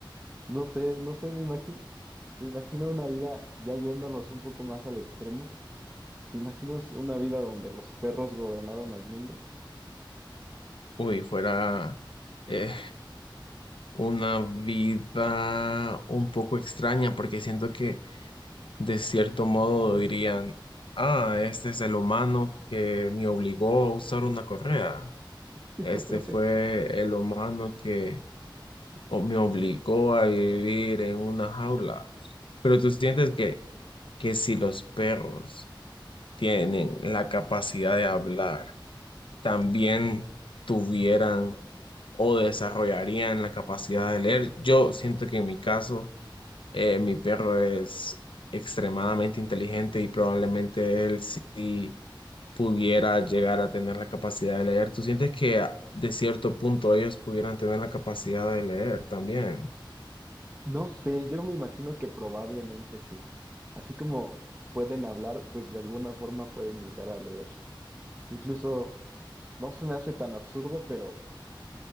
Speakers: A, on the right; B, on the left.
A: no sé, no sé, me imagino, me imagino una vida ya yéndonos un poco más al extremo. ¿Te imaginas una vida donde los perros gobernaron al mundo?
B: Uy, fuera eh, una vida un poco extraña, porque siento que de cierto modo dirían, ah, este es el humano que me obligó a usar una correa.
A: <laughs>
B: Este fue el humano que o me obligó a vivir en una jaula. Pero tú sientes que, que si los perros tienen la capacidad de hablar, también tuvieran o desarrollarían la capacidad de leer. Yo siento que en mi caso, eh, mi perro es extremadamente inteligente y probablemente él sí pudiera llegar a tener la capacidad de leer. ¿Tú sientes que a- de cierto punto ellos pudieran tener la capacidad de leer también?
A: No sé, yo me imagino que probablemente sí. Así como pueden hablar, pues de alguna forma pueden llegar a leer. Incluso no se me hace tan absurdo, pero